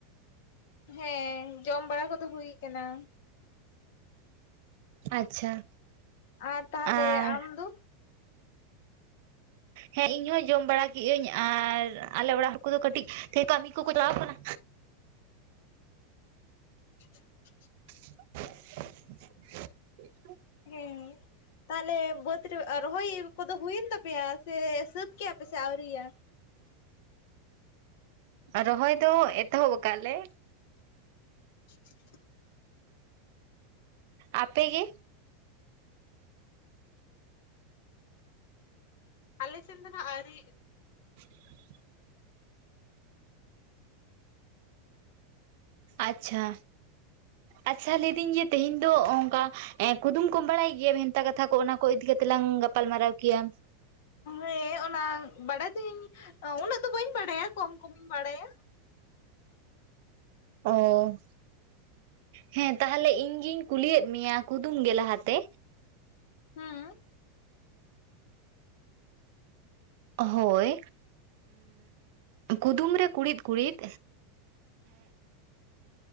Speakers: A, on the left; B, on the right.
A: ᱦᱮᱸ ᱡᱚᱢ ᱵᱟᱲᱟ ᱠᱚᱫᱚ ᱦᱩᱭ ᱠᱟᱱᱟ।
B: ᱟᱪᱪᱷᱟ।
A: ᱟᱨ ᱛᱟᱦᱚᱞᱮ
B: ᱟᱨ
A: ᱟᱢ ᱫᱚ?
B: ᱦᱮᱸ ᱤᱧ ᱦᱚᱸ ᱡᱚᱢ ᱵᱟᱲᱟ ᱠᱮᱜᱟᱹᱧ ᱟᱨ ᱟᱞᱮ ᱚᱲᱟᱜ ᱦᱚᱲ ᱠᱚᱫᱚ ᱠᱟᱹᱴᱤᱡ ᱠᱟᱹᱢᱤ ᱠᱚᱠᱚ ᱪᱟᱞᱟᱣ ᱠᱟᱱᱟ।
A: <unintelligible>
B: <unintelligible>
A: ᱦᱮᱸ। ᱛᱟᱦᱚᱞᱮ ᱵᱟᱹᱫᱽ ᱨᱮ, ᱨᱚᱦᱚᱭ ᱠᱚᱫᱚ ᱦᱩᱭᱮᱱ ᱛᱟᱯᱮᱭᱟ ᱥᱮ ᱥᱟᱹᱛ ᱠᱮᱭᱟ ᱯᱮ ᱥᱮ ᱟᱣᱨᱤᱭᱟ?
B: ᱨᱚᱦᱚᱭ ᱫᱚ ᱮᱛᱚᱦᱚᱵ ᱠᱟᱜ ᱟᱞᱮ᱾
A: <inaudible>
B: ᱟᱯᱮ ᱜᱮ?
A: ᱟᱞᱮ ᱥᱮᱫ ᱫᱚ ᱱᱟᱦᱟᱜ ᱟᱣᱨᱤ᱾
B: <inaudible> ᱟᱪᱪᱷᱟ ᱟᱪᱪᱷᱟ, ᱞᱟᱹᱭᱫᱤᱧ ᱡᱮ ᱛᱮᱦᱮᱧ ᱫᱚ ᱚᱱᱠᱟᱼᱼ ᱠᱩᱫᱩᱢ ᱠᱚᱢ ᱵᱟᱲᱟᱭ ᱜᱮᱭᱟ, ᱵᱷᱮᱱᱛᱟ ᱠᱟᱛᱷᱟ ᱠᱚ ᱚᱱᱟ ᱠᱚ ᱤᱫᱤ ᱠᱟᱛᱮᱜ ᱞᱟᱝ ᱜᱟᱯᱟᱞ ᱢᱟᱨᱟᱨᱟᱣ ᱠᱮᱭᱟ᱾
A: ᱦᱮᱸ, ᱚᱱᱟ ᱵᱟᱲᱟᱭ ᱫᱩᱧ ᱩᱱᱟᱹᱜ ᱫᱚ ᱵᱟᱹᱧ ᱵᱟᱲᱟᱭᱟ ᱠᱚᱢ ᱠᱚᱢᱤᱧ ᱵᱟᱲᱟᱭᱟ᱾
B: ᱚᱼᱼ ᱦᱮᱸ, ᱛᱟᱦᱚᱞᱮ ᱤᱧ ᱜᱤᱧ ᱠᱩᱞᱤᱭᱮᱫ ᱢᱮᱭᱟ ᱠᱩᱫᱩᱢ ᱜᱮ ᱞᱟᱦᱟᱛᱮ᱾
A: ᱦᱮᱸ᱾
B: ᱦᱳᱭ ᱩ ᱠᱩᱫᱩᱢ ᱨᱮ ᱠᱩᱬᱤᱫ ᱠᱩᱬᱤᱫᱼᱼ